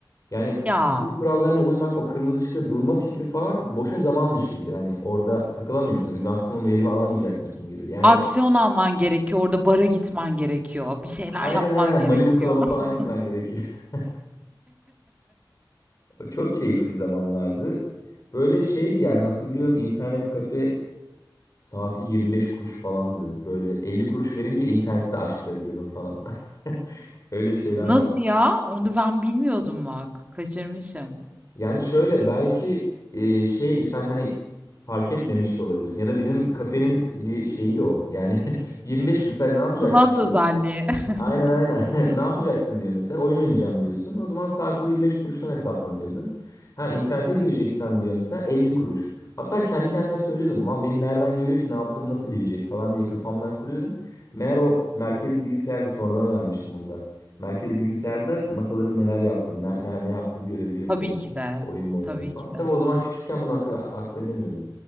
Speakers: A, on the left; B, on the right.
A: Yani
B: Ya
A: trafik kurallarına uymak o kırmızı ışıkta durma fikri falan boşa zamanmış gibi. Yani orada takılamıyorsun bir maksimum verimi alamayacakmışsın gibi. Yani
B: aksiyon
A: o,
B: alman gerekiyor. Orada bara gitmen gerekiyor. Bir şeyler
A: aynen
B: yapman
A: aynen
B: gerekiyor.
A: Malibu Club'a falan
B: <laughs>
A: gitmen gerekiyor. <laughs> O Çok keyifli zamanlardı. Böyle şeydi yani hatırlıyorum internet kafe saati 25 kuruş falandı. Böyle 50 kuruş verince interneti de açtırabiliyordun falan. <laughs> Öyle şeyler
B: Nasıl
A: var.
B: ya? Onu ben bilmiyordum bak. Kaçırmışım.
A: Yani şöyle belki e, şeydir sen hani fark etmemiş de olabilirsin ya da bizim kafenin bir şeyi de o. Yani <laughs> 25 mesela ne yapacaksın?
B: Plus özelliği.
A: Aynen
B: <laughs>
A: aynen. <laughs> Ne yapacaksın diyor mesela. Oyun oynayacağım diyorsun. O zaman saati 25 kuruştan hesaplanıyordu. Ha internete gireceksen diyor mesela 50 kuruş. Hatta kendi kendime söylüyordum. Ulan beni nereden görüyor ki ne yaptığımı nasıl bilecek falan diye kafamdan kuruyordum. Meğer o merkez bilgisayarda sonradan öğrenmiştim onu da. Merkez bilgisayarda masaların neler yaptığını, ne, ne, ne yaptığını görebiliyormuş.
B: Tabii
A: O
B: ki de.
A: oyun mu oynuyor
B: Tabii
A: falan.
B: ki de.
A: Tabii o zaman küçükken bunu akıl, akıl edemiyordum.